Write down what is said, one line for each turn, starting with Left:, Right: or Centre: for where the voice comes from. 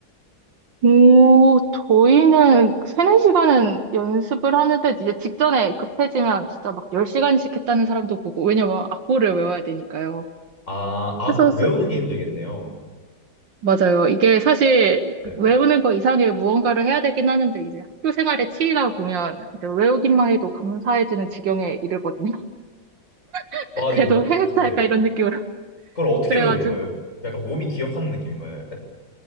Right: 오, 저희는 세네 시간은 연습을 하는데 이제 직전에 급해지면 진짜 막 10시간씩 했다는 사람도 보고 왜냐면 악보를 외워야 되니까요.
Left: 아, 아,
Right: 그래서
Left: 그 외우는
Right: 사-
Left: 게 힘들겠네요.
Right: 맞아요. 이게 사실
Left: 네.
Right: 외우는 거 이상의 무언가를 해야 되긴 하는데 이제 학교 생활에 치이다 보면 이제 외우기만 해도 감사해지는 지경에 이르거든요. <laughs>
Left: 아,
Right: 그래도
Left: 네, 그,
Right: 해냈다
Left: 네.
Right: 약간 이런 느낌으로.
Left: 그걸 어떻게
Right: 그래가지고
Left: 외우는 거예요? 약간 몸이 기억하는 느낌인가요? 약간?